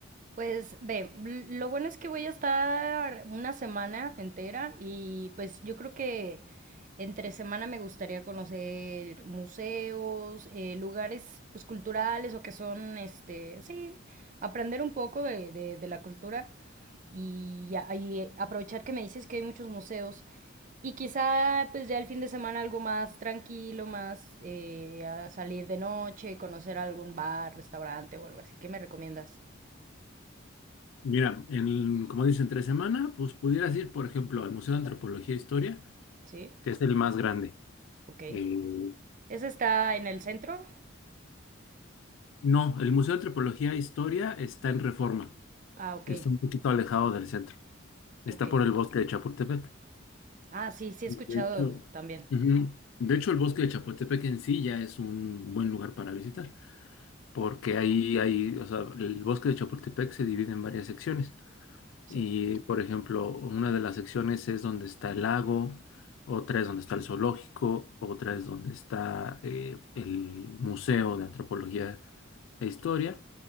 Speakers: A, on the right; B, on the left.
A: Pues ve, l- lo bueno es que voy a estar una semana entera y pues yo creo que entre semana me gustaría conocer museos, eh, lugares pues culturales o que son, este, sí, aprender un poco de, de- de la cultura y, ya- y aprovechar que me dices que hay muchos museos y quizá pues ya el fin de semana algo más tranquilo, más eh, a salir de noche, conocer algún bar, restaurante o algo así. ¿Qué me recomiendas?
B: Mira, en, como dicen, tres semanas, pues pudieras ir, por ejemplo, al Museo de Antropología e Historia,
A: ¿Sí?
B: que es el más grande.
A: Ok.
B: Eh,
A: ¿Ese está en el centro?
B: No, el Museo de Antropología e Historia está en Reforma,
A: Ah, ok,
B: está un poquito alejado del centro, está
A: ok.
B: por el bosque de Chapultepec.
A: Ah, sí, sí
B: De
A: he escuchado
B: hecho,
A: también.
B: ujú, De hecho, el bosque de Chapultepec en sí ya es un buen lugar para visitar, porque ahí hay, o sea, el bosque de Chapultepec se divide en varias secciones.
A: Sí.
B: Y, por ejemplo, una de las secciones es donde está el lago, otra es donde está el zoológico, otra es donde está eh, el Museo de Antropología e Historia